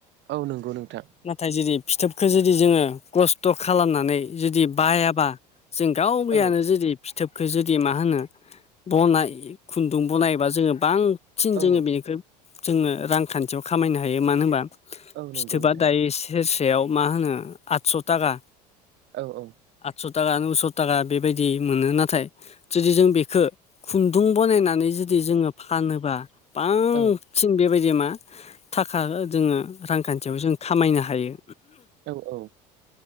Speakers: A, on the right; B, on the left.
A: औ नंगौ नोंथां।
B: नाथाय जुदि फिथोबखौ जुदि जोङो खस्थ' खालामनानै जुदि बायाबा जों गाव गयानो
A: औ
B: जुदि फिथोबखो जुदि मा होनो बनाय खुन्दुं बनायबा जोङो बांसिन
A: औ
B: जोङो बेनिख्रुइ जोङो रांखान्थियाव खामायनो हायो मानो होनबा
A: औ नंगौ
B: फिथोबा
A: नोंथां
B: दायो सेरसेयाव मा होनो आदस' थाखा।
A: औ औ।
B: आदस' थाखा नुस' थाखा बेबायदि मोनो नाथाय जुदि जों बेखो खुन्दुं बनायनानै जुदि जोङो फानोबा बां
A: औ
B: सिन बेबायदि मा थाखा जोङो रांखान्थियाव जों खामायनो हायो।
A: औ औ।